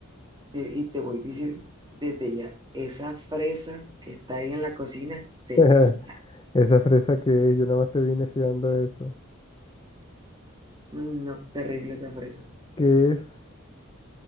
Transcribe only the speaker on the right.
eh, y te voy diciendo desde ya, esa fresa que está ahí en la cocina se
quita.
Uy, No, terrible esa fresa.